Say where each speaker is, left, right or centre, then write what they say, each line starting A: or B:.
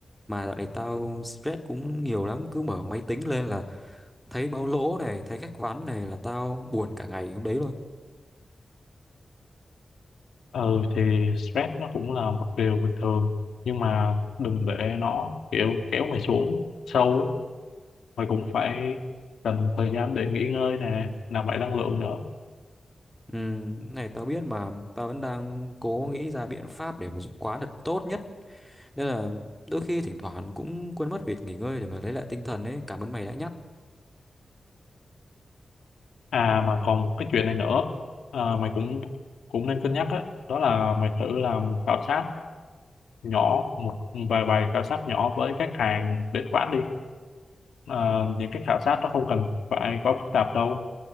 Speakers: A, in the centre; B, on the left (about 85°).
A: mà dạo này tao stress cũng nhiều lắm cứ mở máy tính lên là thấy báo lỗ này thấy khách ván này là tao buồn cả ngày hôm đấy luôn
B: ừ thì stress nó cũng là một điều bình thường nhưng mà đừng để nó kiểu kéo mày xuống sâu á mày cũng phải cần thời gian để nghỉ ngơi nè nạp lại năng lượng nữa
A: ừ, cái này tao biết mà tao vẫn đang cố nghĩ ra biện pháp để mà giúp quán thật tốt nhất nên là đôi khi thỉnh thoảng cũng quên mất việc nghỉ ngơi để mà lấy lại tinh thần ấy cảm ơn mày đã nhắc
B: à mà còn một cái chuyện này nữa à, mày cũng cũng nên cân nhắc á đó là mày thử làm khảo sát nhỏ một vài bài khảo sát nhỏ với khách hàng đến quán đi Ờ, những cái khảo sát nó không cần phải quá phức tạp đâu